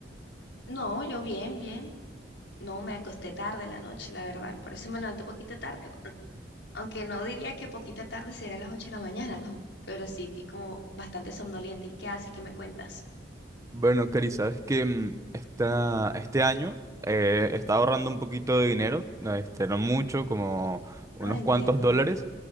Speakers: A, on the left; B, on the right.
A: No, yo bien, bien. No, me acosté tarde la noche, la verdad. Por eso me levanté poquito tarde. Bueno, aunque no diría que poquita tarde sería las 8 de la mañana, ¿no? Pero sí, estoy como bastante somnoliente. ¿Y qué haces? ¿Qué me cuentas?
B: Bueno, Cari, sabes que mm, esta- este año eh, he ahorrando un poquito de dinero, no, este, no mucho, como unos
A: Ah, entiendo.
B: cuantos dólares,